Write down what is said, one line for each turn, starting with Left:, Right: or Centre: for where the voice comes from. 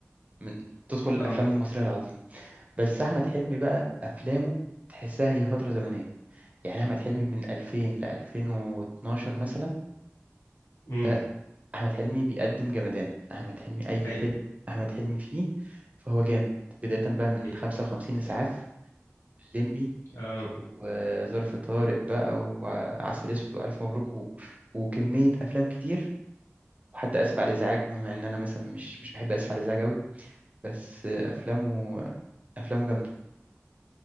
Right: من تدخل الأفلام
Left: اه
Right: المصرية العظيمة بس أحمد حلمي بقى أفلامه تحسها هي فترة زمنية يعني أحمد حلمي من 2000 ل 2012 مثلا
Left: امم
Right: ده أحمد حلمي بيقدم جمدان أحمد حلمي أي
Left: حقيقة
Right: فيلم أحمد حلمي فيه فهو جامد بداية بقى من
Left: حقيقة
Right: 55 إسعاف الليمبي
Left: اه
Right: وظرف طارق بقى وعسل أسود وألف مبروك و... وكمية أفلام كتير وحتى اسف على الازعاج بما ان انا مثلا مش مش بحب اسف على الازعاج قوي بس افلامه افلامه جامده